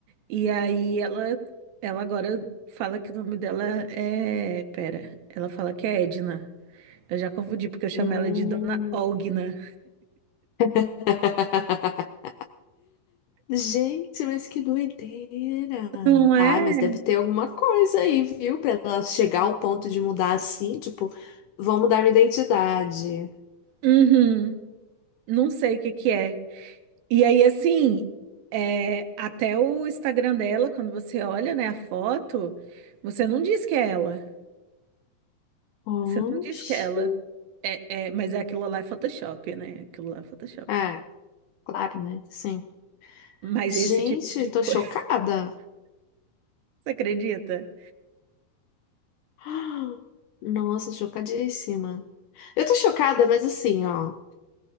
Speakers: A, on the right; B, on the left.
A: E aí ela, ela agora fala que o nome dela é. Pera, ela fala que é Edna. Eu já confundi porque eu chamo
B: Hum.
A: ela de Dona Ogna.
B: <laughs> Gente, mas que doideira!
A: Não é?
B: Ah, mas deve ter alguma coisa aí, viu? Pra ela chegar ao ponto de mudar assim, tipo, vou mudar minha identidade.
A: Uhum. Não sei o que que é. E aí, assim, é, até o Instagram dela, quando você olha, né, a foto, você não diz que é ela.
B: Oxi.
A: Você não diz que é ela. É, é, mas é aquilo lá é Photoshop, né? Aquilo lá é Photoshop.
B: Ah, Claro, né? Sim.
A: Mas
B: Gente,
A: esse tipo de
B: tô
A: coisa,
B: chocada.
A: <laughs> você acredita?
B: Ah, Nossa, chocadíssima. Eu tô chocada, mas assim, ó.